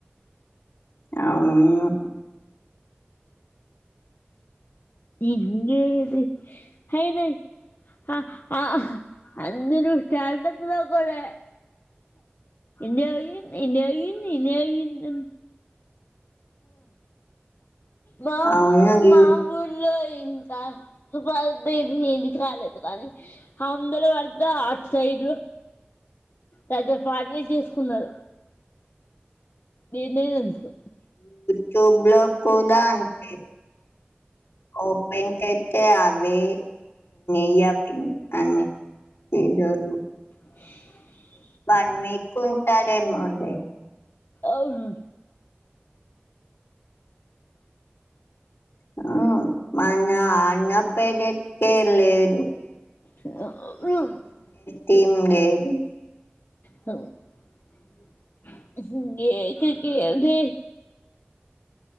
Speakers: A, on the left (about 85°); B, on the left (about 60°).
A: అవును
B: ఇంగేది అయిన ఆ ఆ అందరు స్టార్టింగ్ లో కూడా నో విన్ నో విన్ద వావ్
A: అవును యూ-
B: మా ఊళ్లో ఇంకా సుబా అ ఇది ఇంటికి రాలేదు కానీ అందరు వాడత అట్ సైడు పెద్ద పార్టీ చేసుకున్నారు నే నేనుతు
A: ట్యూబ్ లోక్ కూదాన్ అంటే, ఓపెన్ చేత్తే అవ్వే <unintelligible> అని ఏజోలు
B: <unintelligible>
A: బాన్ మీకు ట్టాడ్ ఏమో అండి.
B: అవును
A: ప్చ్ ఆ మన్నా, అన్న ప్పేర్ చేప్ పేర్ లేదు.
B: <unintelligible>
A: తీమ్ లేదు.
B: హహ్మ్ ఏకెకిదె